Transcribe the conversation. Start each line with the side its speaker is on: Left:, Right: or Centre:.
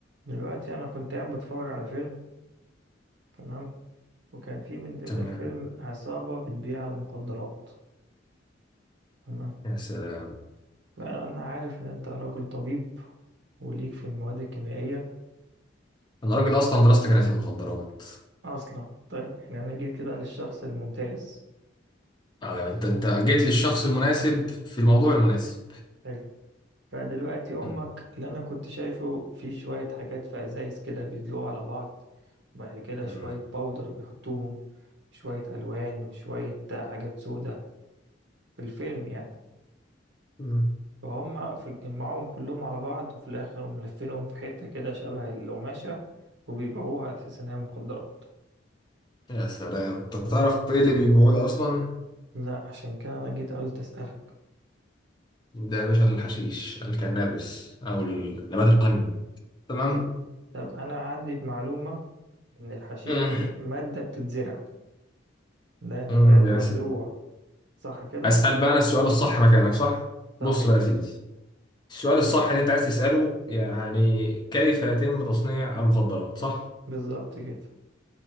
Right: دلوقتي انا كنت قاعد بتفرج على فيلم تمام وكان في من ضمن
Left: تمام
Right: الفيلم عصابة بتبيع المخدرات تمام
Left: يا سلام
Right: فانا عارف ان انت راجل طبيب وليك في المواد الكيميائية
Left: انا راجل اصلا دراستي كانت في المخدرات
Right: اصلا طيب احنا انا جيت كده للشخص الممتاز
Left: اه انت انت جيت للشخص المناسب في الموضوع المناسب
Right: حلو فدلوقتي امك
Left: مم.
Right: اللي انا كنت شايفه في شوية حاجات في ازايز كده بيدلوها على بعض وبعد كده
Left: مم.
Right: شوية باودر بيحطوهم وشوية الوان وشوية حاجات سودة في الفيلم يعني
Left: مم.
Right: فهم في جمعوهم كلهم على بعض وفي الآخر ملفينهم في حتة كده شبه القماشة وبيبيعوها على أساس إن هي مخدرات
Left: يا سلام انت تعرف ايه اللي بيبيعوه ده اصلا
Right: لا عشان كده أنا جيت قلت أسألك
Left: ده يا باشا الحشيش الكنابس او
Right: <laughs>
Left: النبات القني تمام
Right: حلو طب أنا عندي معلومة إن الحشيش
Left: مم.
Right: دي مادة بتتزرع ده نبات
Left: مم. يا
Right: مزروع
Left: سلام
Right: صح كده؟
Left: اسال بقى انا السؤال الصح مكانك صح
Right: صح
Left: بص
Right: كده
Left: بقى يا سيدي السؤال الصح اللي انت عايز تساله يعني كيف يتم تصنيع المخدرات صح
Right: بالظبط كده